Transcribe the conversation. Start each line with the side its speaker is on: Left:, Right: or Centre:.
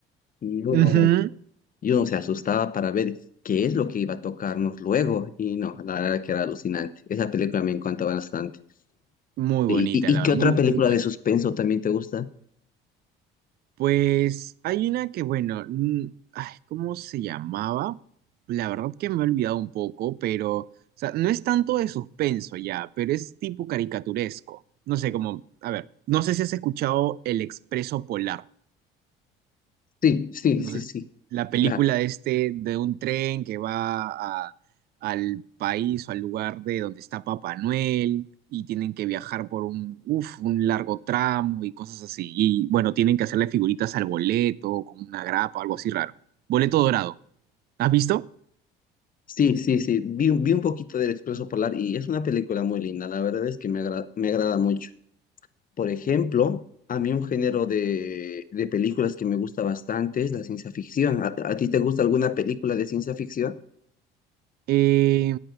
Left: Y uno
Right: Ujú.
Left: Y uno se asustaba para ver qué es lo que iba a tocarnos luego. Y no, la verdad que era alucinante. Esa película me encanta bastante.
Right: Muy
Left: ¿Y,
Right: bonita,
Left: y,
Right: la
Left: y qué
Right: verdad,
Left: otra
Right: muy,
Left: película
Right: muy buena.
Left: de suspenso también te gusta?
Right: Pues hay una que, bueno, mm, ay, ¿cómo se llamaba? La verdad que me he olvidado un poco, pero, o sea, no es tanto de suspenso ya, pero es tipo caricaturesco. No sé, como, a ver, no sé si has escuchado El Expreso Polar.
Left: Sí, sí,
Right: no
Left: sí, sí.
Right: sé, la película
Left: La,
Right: de este, de un tren que va a- al país o al lugar de donde está Papá Noel y tienen que viajar por un, uf, un largo tramo y cosas así. Y bueno, tienen que hacerle figuritas al boleto con una grapa o algo así raro. Boleto dorado. ¿Has visto?
Left: sí, sí, sí. Vi, un- vi un poquito del Expreso Polar y es una película muy linda. La verdad es que me agra- me agrada mucho. Por ejemplo, a mí un género de, de películas que me gusta bastante es la ciencia ficción. ¿A, a ti te gusta alguna película de ciencia ficción?
Right: Eh,